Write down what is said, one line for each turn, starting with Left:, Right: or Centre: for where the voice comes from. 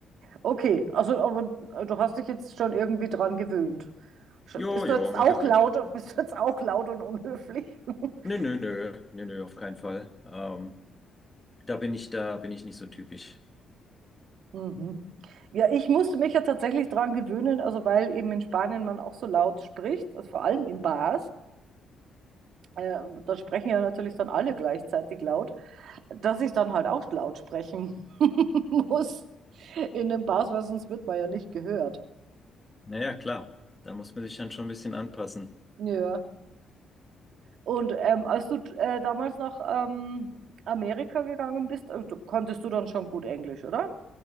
Right: Okay, also aber äh, du hast dich jetzt schon irgendwie dran gewöhnt. Sch-
Left: Jo,
Right: Bist
Left: jo,
Right: du jetzt
Left: man
Right: auch
Left: gewöhnt
Right: laut,
Left: sich dran.
Right: <laughs> bist du jetzt auch laut und unhöflich? <laughs>
Left: Nö, nö, nö, nö, nö, auf keinen Fall. Ähm, da bin ich, da bin ich nicht so typisch.
Right: Mhm. Ja, ich musste mich ja tatsächlich dran gewöhnen, also weil eben in Spanien man auch so laut spricht, also vor allem in Bars, äh, da sprechen ja natürlich dann alle gleichzeitig laut, dass ich dann halt auch laut sprechen <laughs> muss in den Bars, weil sonst wird man ja nicht gehört.
Left: Naja, klar, da muss man sich dann schon ein bisschen anpassen.
Right: Ja. Und ähm, als du äh, damals nach ähm, Amerika gegangen bist, äh, du, konntest du dann schon gut Englisch, oder?